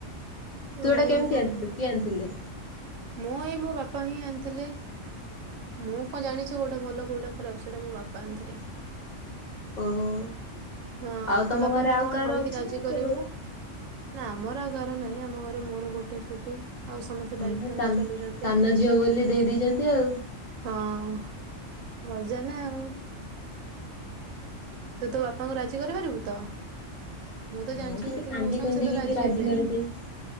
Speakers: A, on the left; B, on the right.
A: ତୁ ଏଇଟା
B: ଘରେ
A: କେମିତି
B: କ
A: ଆଣିଥିଲୁ
B: କ-
A: କିଏ ଆଣିଥିଲେ?
B: ମୁଁ ଏଇ ମୋ ବାପା ହିଁ ଆଣିଥିଲେ। ମୁଁ କଣ ଜାଣିଚି କୋଉଟା ଭଲ କୋଉଟା ଖରାପ ସେଇଟା ମୋ ବାପା ଆଣିଥିଲଥିଲେ।
A: ଓହୋ।
B: ହଁ
A: ଆଉ ତମ
B: ତୁ ବାପାଙ୍କୁ
A: ଘରେ ଆଉ
B: କଣ
A: କାହାର
B: କହିକି
A: ଅଛି
B: ରାଜି
A: ନା
B: କରେଇବୁ?
A: କେବଳ
B: ନା ଆମର ଆଉ ଘର ନାହିଁ ଆମ ଘରେ ମୋର ଗୋଟେ ସ୍କୁଟି। ଆଉ ସମସ୍ତେ
A: ହଁ
B: ବାଇକ୍ ତାଙ୍ଗ
A: ସାନ
B: ଚଲୋଉଚନ୍ତି
A: ସାନ ଝିଅ ବୋଲି ଦେଇ ଦେଇଛନ୍ତି ଆଉ।
B: ହଁ। ମଜା ନା ଆଉ। ତୁ ତୋ ବାପାଙ୍କୁ ରାଜି କରେଇ ପାରିବୁ ତ? ମୁଁ ତ
A: ହଁ
B: ଜାଣିଚି
A: ଟିକେ
B: ଯେତିକି
A: କାନ୍ଦି
B: ମୋଉସା
A: କୁନ୍ଦିକି
B: ଙ୍କୁ ସେ ତ ରାଜି
A: ଟିକେ
B: ହେବେନି
A: କରିଦେବି